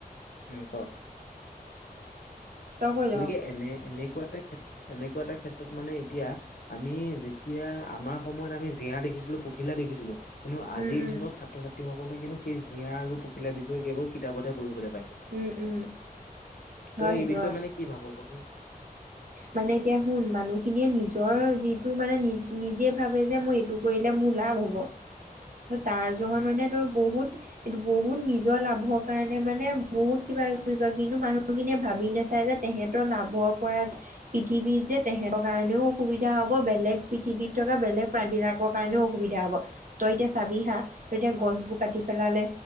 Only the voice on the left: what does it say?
উম ক
গতিকে
এনে এনে। এনেকুৱা এটা ক্ষেত্ৰত মানে এতিয়া আমি যেতিয়া আমাৰ সময়ত আমি জীয়া দেখিবলৈ। দেখিছিলো পখিলা দেখিছিলো। কিন্তু আজিৰ
দিনত ছাত্ৰ ছাত্ৰীসকলে কিন্তু সেই জীয়া আৰু পখিলাৰ বিষয়ে কেৱল কিতাপতহে পঢ়িব লাগিবে।
তই
এই বিষয়ে
মানে কি ভাব কচোন।
উম